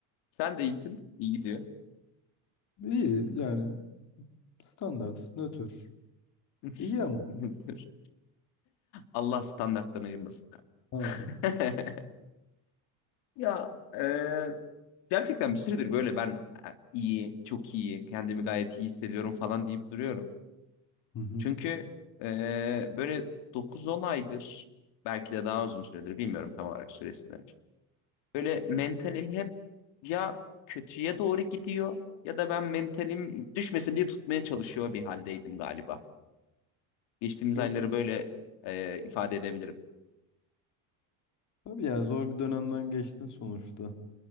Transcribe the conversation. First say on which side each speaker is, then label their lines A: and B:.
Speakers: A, on the left (about 65°); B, on the left (about 40°).
A: Sen de iyisin. İyi gidiyor.
B: İyi yani standart, nötr.
A: <laughs>
B: İyi ama.
A: Dur. Allah standarttan ayırmasın.
B: Abi.
A: <laughs> Ya e, gerçekten bir süredir böyle ben e, iyi, çok iyi, kendimi gayet iyi hissediyorum falan deyip duruyorum.
B: Hı hı.
A: Çünkü e, böyle dokuz on aydır belki de daha uzun süredir bilmiyorum tam olarak süresini. Böyle mentalim hep ya kötüye doğru gidiyor ya da ben mentalim düşmesin diye tutmaya çalışıyor bir haldeydim galiba. Geçtiğimiz
B: Evet.
A: ayları böyle e, ifade edebilirim.
B: Tabii yani zor bir dönemden geçtin sonuçta.